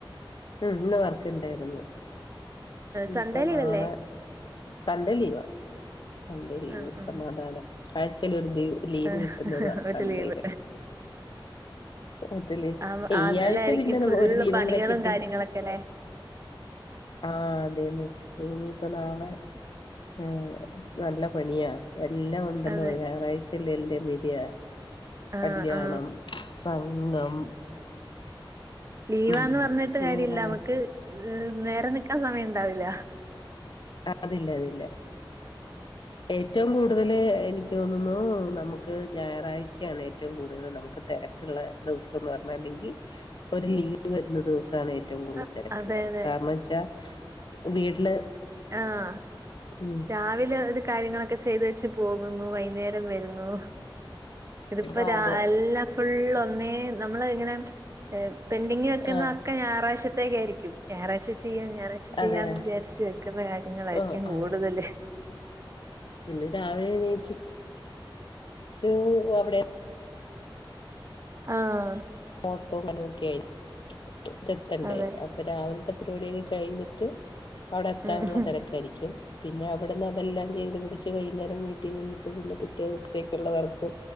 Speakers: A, on the left; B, on the right.
A: ഉം ഇന്ന് വർക്കിണ്ടായിരുന്നു ഇനിപ്പം
B: സൺഡേ ലീവല്ലേ
A: നാളെ സൺഡേ ലീവാ സൺഡേ ലീവ്
B: ആ ആ
A: സമാധാനം ആഴ്ച്ചേലൊരു ലീവ് ലീവ്
B: ഏ,
A: കിട്ടുന്നതാ
B: ഒരു
A: സൺഡേയില്
B: ലീവ്
A: പറ്റീലി,
B: ആ
A: ഈയാഴ്ച
B: അതിലായിരിക്കും
A: പിന്നെ നമ്മു
B: ഫുള്ള്
A: ഒരു ലീവുംകൂടി
B: പണികളും
A: കിട്ടി.
B: കാര്യങ്ങളൊക്കെ അല്ലേ
A: ആഹ്, അതേന്നെ ഇനിയിപ്പംനാളെ എഹ് നല്ല പണിയാ എല്ലാം ഉണ്ടല്ലോ
B: അതെ
A: ഞായറാഴ്ചയല്ലേയെല്ലാം തീരുക
B: ആ
A: കല്യാണം,
B: ആ
A: സംഘം
B: ലീവാന്നുപറഞ്ഞിട്ടുകാര്യമില്ല.
A: ഉം അങ്ങനെയുള്ള
B: നമുക്കുനേരെ
A: കാര്യം
B: നിൽക്കാൻ സമയമുണ്ടാവില്ല
A: അതില്ല, അതില്ല ഏറ്റവും കൂടുതല് എനിക്കുതോന്നുന്നു. നമുക്കുഞായറാഴ്ച്ചയാണേറ്റവും കൂടുതല് നമുക്കുതെരക്ക് കൊള്ളെ ദിവസമെന്നു പറഞ്ഞാല്ലെങ്കിൽ ഒരു ലീവുവരുന്ന ദിവസമാണേ റ്റവും കൂടുതൽ
B: അ-
A: തിരക്കുള്ളെ
B: അതെ അതെ
A: കാരണംച്ചാവീട്ടില്
B: ആഹ്
A: ഉം
B: രാവിലെ ഓരോ കാര്യങ്ങളൊക്കെ ചെയ്തേച്ചുപോകുന്നു. വൈകുന്നേരം വരുന്നു ഇതിപ്പൊ
A: ആ
B: രാ...
A: അതെ
B: എല്ലാം ഫുള്ള്, ഒന്നേന്നു നമ്മളിങ്ങനെ പെന്റിങ്ങു വെക്കുന്ന
A: ആ
B: തൊക്കെ ഞായറാഴ്ച്ചത്തേക്കായിരിക്കും. ഞായറാഴ്ച്ച ചെയ്യാം, ഞായറാ ഴ്ച്ച
A: അതെ
B: ചെയ്യാന്നുവിചാരിച്ചു വെക്കുന്നകാര്യങ്ങളായിരിക്കും
A: ആ ആ
B: കൂടുതല്
A: പിന്നെ രാവിലെയെണീറ്റിട്ട് <inaudible> അവിടേം
B: ആഹ്
A: ഓട്ടോ അങ്ങനെയൊക്കയായി ഇങ്ങെത്തണ്ടേ
B: അതെ.
A: ഇപ്പൊ രാവിലത്തെ പരിപാടിയൊക്കെ കഴിഞ്ഞിട്ട് അ വിടെയെത്താനുള്ള
B: ഉം
A: തെരക്കായിരിക്കും പിന്നെ അവിടുന്നതെല്ലാം ചെയ്തു പിടിച്ചുവൈകുന്നേരം വീട്ടിൽ വന്നിട്ട് പിന്നെ പിറ്റേദിവസത്തേക്കുള്ള വർക്ക്